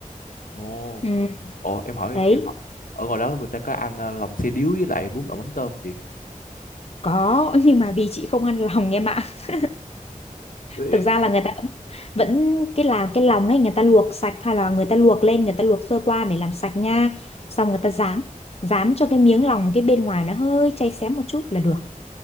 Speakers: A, on the left; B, on the left.
A: ồ
B: ừ,
A: ồ em hỏi
B: đấy
A: em hỏi ở ngoài đó người ta có ăn ờ, lòng xe điếu với lại bún đậu mắm tôm chị
B: có nhưng mà vì chị không ăn lòng em ạ <laughs>
A: Ê,
B: thực ra là người ta vẫn vẫn cái làm cái lòng ấy người ta luộc sạch hay là người ta luộc lên người ta luộc sơ qua để làm sạch nha xong người ta rán rán cho cái miếng lòng cái bên ngoài nó hơi cháy xém một chút là được